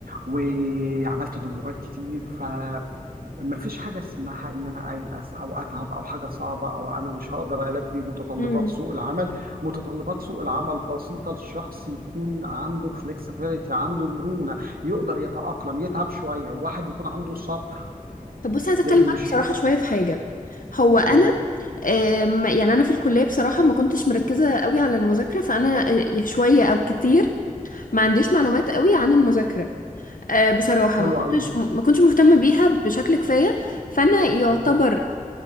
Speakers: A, on the right; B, on the left.
A: وعملت دبلومات كتير ف مفيش حاجة اسمها إن أنا أيأس أو أتعب أو حاجة صعبة أو أنا مش هقدر ألبي متطلبات
B: مم.
A: سوق العمل، متطلبات سوق العمل بسيطة الشخص يكون عنده فليكسبيليتي، عنده مرونة، يقدر يتأقلم، يتعب شوية، وواحد يكون عنده صبر
B: طب بص عايزة اتكلم
A: لأن
B: معاك
A: الشغل
B: بصراحة شوية في حاجة هو انا
A: تمام،
B: أم، يعني انا في الكليه بصراحه ما كنتش مركزه قوي على المذاكره فانا أه، شويه او كتير ما عنديش معلومات قوي عن المذاكره أه، بصراحه
A: حلو
B: ما كنتش
A: قوي،
B: ما كنتش مهتمه بيها بشكل كفايه فانا يعتبر
A: تمام،